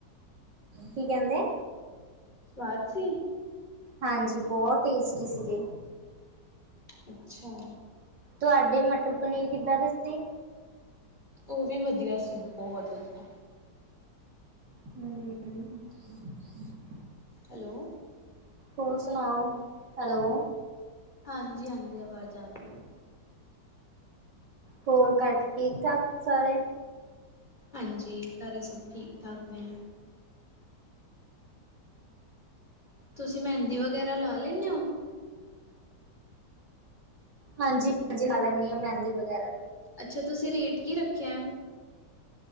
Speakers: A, on the right; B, on the left.
A: ਕੀ ਕਹਿੰਦੇ
B: ਸਵਾਦ ਸੀ?
A: ਹਾਂਜੀ, ਬਹੁਤ ਟੇਸਟੀ ਸੀਗੇ
B: ਅੱਛਾ
A: ਤੁਹਾਡੇ ਮਟਰ ਪਨੀਰ ਕਿੱਦਾਂ ਦੇ ਸੀ
B: ਉਹ ਵੀ ਵਧੀਆ ਸੀ ਬਹੁਤ ਵਧੀਆ
A: ਹਮ ਹਮ
B: ਹੈਲੋ।
A: ਹੋਰ ਸੁਣਾਓ ਹੈਲੋ
B: ਹਾਂਜੀ, ਹਾਂਜੀ ਆਵਾਜ਼ ਆ ਰਹੀ ਏ
A: ਹੋਰ <inaudible> ਘਰ ਠੀਕ ਠਾਕ ਸਾਰੇ?
B: ਹਾਂਜੀ, ਘਰੇ ਸਭ ਠੀਕ-ਠਾਕ ਨੇ ਤੁਸੀਂ ਮਹਿੰਦੀ ਵਗੈਰਾ ਲਾ ਲੈਂਣੇ ਹੋ?
A: ਹਾਂਜੀ ਹਾਂਜੀ ਲਾ ਲੈਂਦੀ ਆ ਮੈਂਦੀ ਵਗੈਰਾ
B: ਅੱਛਾ, ਤੁਸੀਂ ਰੇਟ ਕੀ ਰੱਖਿਆ?